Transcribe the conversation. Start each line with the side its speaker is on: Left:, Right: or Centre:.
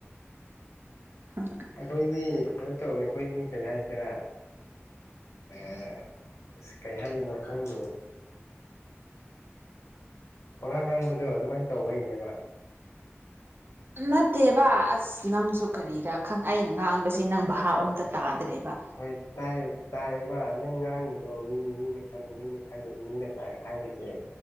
Right: ꯍ
Left: ꯑꯩꯈꯣꯏꯗꯤ ꯀꯩꯅꯣ ꯇꯧꯅꯤ ꯑꯩꯈꯣꯏꯗꯤ ꯀꯩ ꯍꯥꯏꯁꯤꯔꯥ ꯑ ꯏꯁ ꯀꯩ ꯍꯥꯏꯒꯤꯅꯣ ꯈꯪꯗꯦꯅꯦ ꯄꯉꯥꯡ ꯉꯥꯡꯕꯗꯣ ꯑꯗꯨꯃꯥꯏꯟ ꯇꯧꯕꯩꯅꯦꯕ
Right: ꯅꯠꯇꯦꯕ ꯑꯁ ꯑꯁ ꯅꯪꯁꯨ ꯀꯔꯤꯔꯥ ꯈꯪ ꯑꯩꯅ ꯉꯥꯡꯕꯁꯤ ꯅꯪ ꯚꯥꯞ ꯑꯝꯇ ꯇꯥꯗ꯭ꯔꯦꯕ
Left: ꯍꯣꯏ ꯇꯥꯏꯌꯦ ꯇꯥꯏꯌꯦꯕ ꯅꯪ ꯉꯥꯡꯉꯤꯗꯣ ꯃꯤ ꯃꯤꯅ ꯈꯜ ꯃꯤꯅꯥ ꯈꯜꯂꯤ ꯃꯤꯅ ꯇꯥꯏ ꯍꯥꯏꯔꯤꯁ ꯇꯦ